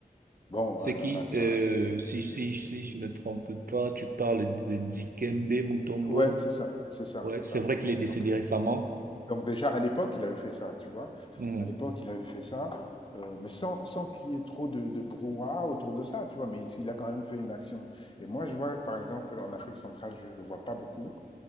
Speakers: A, on the left; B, on the right.
A: Bon,
B: C'est
A: euh,
B: qui,
A: à ça.
B: euh, si, si, si je me trompe pas, tu parles de Dikembe Mutombo.
A: Ouais, c'est ça, c'est ça,
B: Ouais,
A: c'est
B: c'est
A: ça.
B: vrai qu'il est décédé
A: Donc,
B: récemment.
A: donc déjà, à l'époque, il avait fait ça, tu vois.
B: Mhm.
A: À l'époque, il avait fait ça, euh, mais sans, sans qu'il y ait trop de, de brouhaha autour de ça, tu vois. Mais il, il a quand même fait une action. Et moi, je vois, par exemple, en Afrique centrale, je ne vois pas beaucoup.